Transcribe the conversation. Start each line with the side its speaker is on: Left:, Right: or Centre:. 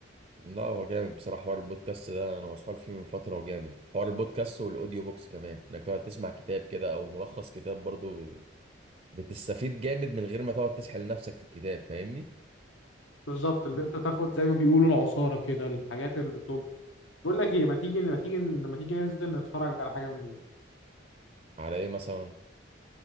Right: لا هو جامد بصراحه حوار البودكاست ده انا مسحول فيه من فتره وجامد حوار البودكاست والاوديو بوكس كمان انك تقعد تسمع كتاب كده او ملخص كتاب برضه بتستفيد جامد من غير ما تقعد تسحل نفسك في الكتاب فاهمني
Left: بالظبط اللي انت تاخد زي ما بيقولوا العصارة كده الحاجات التوب بقول لك ايه ما تيجي ما تيجي لما تيجي ننزل نتفرج على حاجة من دول
Right: على ايه مثلا